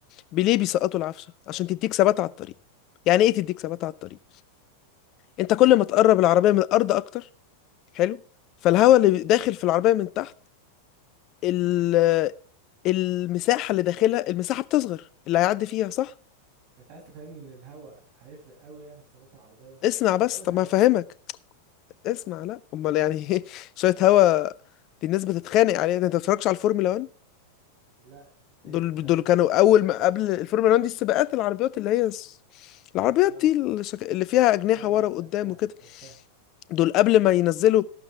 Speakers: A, on the left (about 35°); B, on the right (about 45°).
A: بليه بيسقطوا العفشه عشان تديك ثبات على الطريق يعني ايه تديك ثبات على الطريق انت كل ما تقرب العربيه من الارض اكتر حلو فالهواء اللي داخل في العربيه من تحت ال المساحه اللي داخلها المساحه بتصغر اللي هيعدي فيها صح
B: انت عايز تفهمني ان الهواء هيفرق قوي يعني في ثبات العربيه
A: اسمع
B: ده
A: بس
B: شويه
A: طب
B: هواء
A: ما هفهمك اسمع لا امال يعني إيه؟ <laughs> شويه هوا دي الناس بتتخانق عليها ده انت ما بتتفرجش على الفورمولا 1
B: لا ايه
A: دول
B: البتاع
A: دول
B: دي
A: كانوا
B: اصلا
A: اول ما قبل الفورمولا 1 دي السباقات العربيات اللي هي س- العربيات
B: اه
A: دي الشك... اللي فيها اجنحه
B: ايوه
A: ورا
B: ايوه
A: وقدام
B: عرفتها
A: وكده
B: عرفتها
A: دول قبل ما ينزلوا